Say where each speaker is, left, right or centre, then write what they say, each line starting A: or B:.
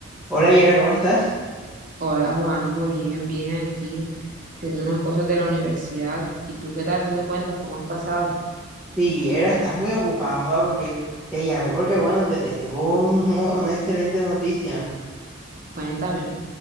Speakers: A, in the centre; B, on the right (about 40°).
A: Hola Yera, ¿cómo estás?
B: Hola Juanjo, bien, bien aquí, haciendo unas cosas de la universidad. ¿Y tú qué tal? ¿Qué me cuentas? ¿Cómo has pasado?
A: Sí, Yera, estás muy ocupado, joda, porque te llamé porque, bueno, te tengo un- <laughs> una excelente noticia.
B: Cuéntame.